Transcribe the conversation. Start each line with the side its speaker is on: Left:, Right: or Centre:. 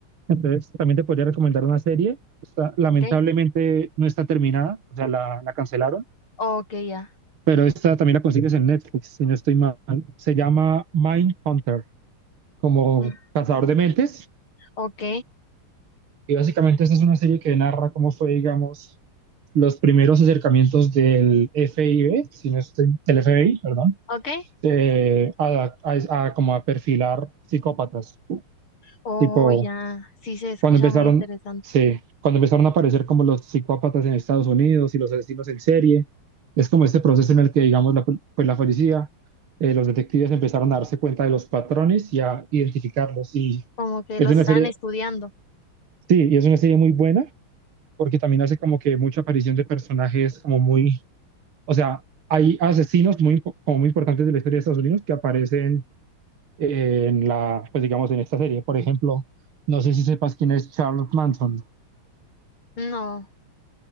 Right: Entonces, también te podría recomendar una serie. Está- lamentablemente
Left: Ok.
Right: no está terminada, o sea, la, la cancelaron,
Left: Ok, ya.
Right: pero esta también la consigues en Netflix, si no estoy mal. Se llama Mindhunter, como
Left: Mm,
Right: cazador de mentes.
Left: Ok,
Right: Y básicamente esta es una serie que narra cómo fue, digamos, los primeros acercamientos del FBI, si no estoy, del FBI, perdón,
Left: ok.
Right: eh, a, a- a como a perfilar psicópatas.
Left: Oh,
Right: Tipo,
Left: ya. Sí se escucha
Right: cuando empezaron,
Left: muy interesante.
Right: sí, cuando empezaron a aparecer como los psicópatas en Estados Unidos y los asesinos en serie, es como este proceso en el que, digamos, la, pol- pues la policía, eh, los detectives empezaron a darse cuenta de los patrones y a identificarlos. Y
Left: Como que los
Right: es una
Left: están
Right: serie,
Left: estudiando.
Right: sí, y es una serie muy buena porque también hace como que mucha aparición de personajes como muy, o sea, hay asesinos muy, impo- como muy importantes de la historia de Estados Unidos que aparecen eh, en la, pues digamos, en esta serie. Por ejemplo, no sé si sepas quién es Charles Manson.
Left: No.